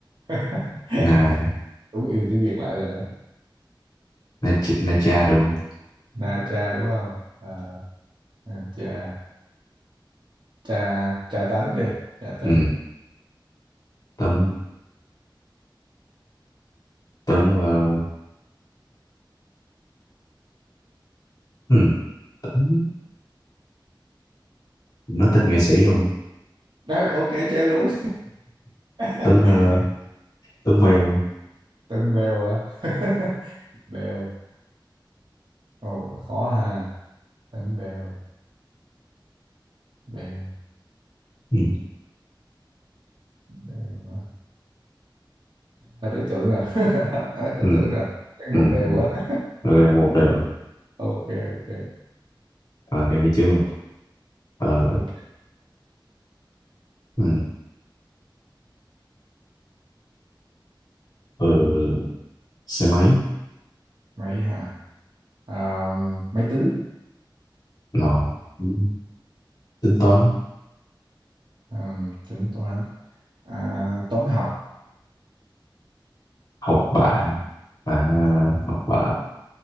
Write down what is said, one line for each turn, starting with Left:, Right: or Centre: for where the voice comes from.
Right: <laughs>
Left: là
Right: đúng yêu tiếng Việt lại rồi đó
Left: là chị- là cha luôn
Right: na cha đúng không à, na cha cha cha tấn đi cha
Left: ừ.
Right: tấn
Left: Tuấn Tuấn ờ, ừ. Tuấn nói tên nghệ sĩ luôn
Right: Đó, ok chơi luôn <laughs>
Left: Tuấn ờ, Tuấn Bèo
Right: Tân Bèo à <laughs> Bèo Ồ khó ha Tân Bèo Bèo
Left: ừ.
Right: Bèo hả, Hết ý tưởng rồi <laughs> Hết ý
Left: Ừ.
Right: tưởng rồi Chắc
Left: Ừ.
Right: một đều
Left: ừ.
Right: quá <laughs>
Left: Rồi một đều
Right: Ok ok
Left: rồi đem đi trước luôn ờ.
Right: ok
Left: Ừ. Ừ. xe máy
Right: máy ha à, Máy tính
Left: nọ ừ. tính toán
Right: à, Tính toán à, Toán học
Left: học bạ à, học bạ